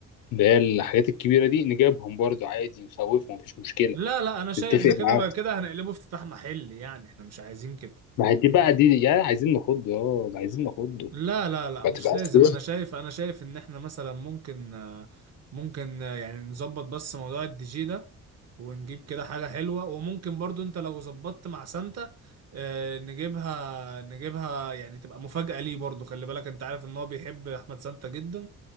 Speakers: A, on the left; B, on the right.
A: اللي هي الحاجات الكبيرة دي نجيبهم برضو عادي نخوفهم مفيش مشكلة
B: لا لا انا شايف
A: نتفق
B: ده كده
A: معاه
B: ما كده هنقلبه افتتاح محل يعني احنا مش عايزين كده
A: ما هي دي بقى دي يا عايزين نخضه اه ده عايزين نخضه
B: لا لا لا
A: ما
B: مش
A: تبقاش
B: لازم
A: كده.
B: انا شايف انا شايف ان احنا مثلا ممكن آه، ممكن آه، يعني نظبط بس موضوع الدي جي ده ونجيب كده حاجة حلوة وممكن برضو انت لو ظبطت مع سانتا آه، نجيبها نجيبها يعني تبقى مفاجأة ليه برضو خلي بالك انت عارف ان هو بيحب احمد سانتا جدا